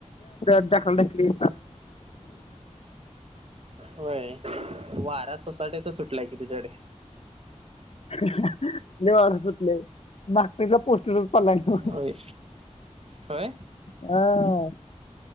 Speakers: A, on the left (about 55°); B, on the right (about 55°).
A: <unintelligible> ढकला ढकली
B: होय वारा सोसाटची सुटलाय कि तुझ्याकडे
A: लय वार सुटलय तीतःला पोस्टर पडलाय बग
B: होय होय
A: हा